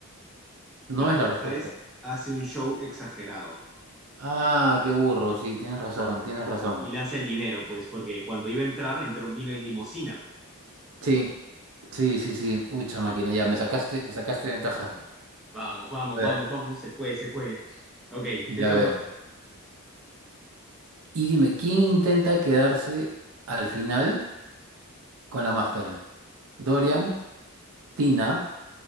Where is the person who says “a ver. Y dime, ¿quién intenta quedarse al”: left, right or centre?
Right